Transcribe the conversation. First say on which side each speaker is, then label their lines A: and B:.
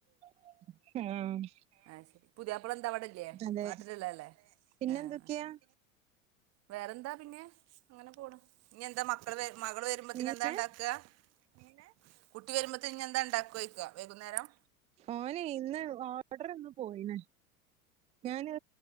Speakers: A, on the right (about 15°); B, on the right (about 40°).
A: ആഹ്.
B: അഹ് ശരി. പുതിയാപ്പള എന്താ ഇവടെല്ലേ
A: അതെ
B: നാട്ടിലുള്ളതല്ലേ
A: പിന്നെന്തൊക്കെയാ
B: ആഹ് ശരി. വേറെന്താ പിന്നെ? അങ്ങനെ പോണ്. ഇഞ്ഞെന്താ മക്കള് വ, മകള് വരുമ്പോത്തിന്
A: പിന്നെ
B: എന്താ ണ്ടാക്കാ? എങ്ങനെ? കുട്ടി വരുമ്പത്തിന് ഇഞ്ഞെന്താ ഇണ്ടാക്കാ ചോയ്ക്കാ വൈകുന്നേരം.
A: ഓനെ ഇന്ന് ഓർഡർ തന്ന് പോയീണ്. ഞാന്